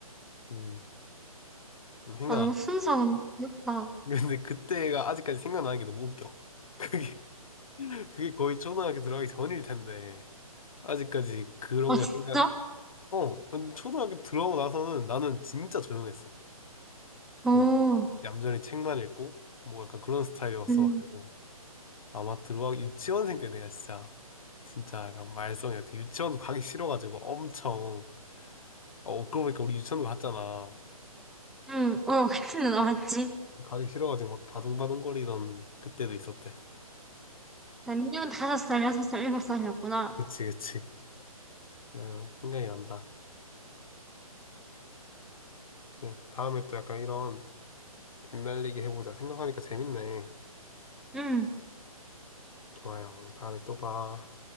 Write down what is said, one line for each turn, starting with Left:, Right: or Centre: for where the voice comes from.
Left: 음, 생각.
Centre: 아, 너무 순수하고 너무 귀엽다.
Left: 근데 그때가 아직까지 생각나는 게 너무 웃겨. <laughs> 그게 그게 거의 초등학교 들어가기 전일 텐데 아직까지 그런
Centre: 아, 진짜?
Left: 걸 생각 어, 근데 초등학교 들어가고 나서는 나는 진짜 조용했어.
Centre: 오.
Left: 뭔가 얌전히 책만 읽고, 뭐 약간 그런 스타일이었어가지고.
Centre: 응.
Left: 아마 들어가기, 유치원생 때 내가 진짜, 진짜 약간 말썽이었대. 유치원도 가기 싫어가지고 엄청, 어, 그러고 보니까 우리 유치원도 갔잖아.
Centre: 응, 어, 그렇게 나왔지.
Left: 가기 싫어가지고 막 바둥바둥거리던 그때도 있었대.
Centre: 자, 민혁은 다섯 살, 여섯 살, 일곱 살이었구나.
Left: 그치, 그치. 어, 생각이 난다. 응, 다음에 또 약간 이런 옛날 얘기 해보자. 생각하니까 재밌네.
Centre: 응.
Left: 좋아요. 다음에 또 봐.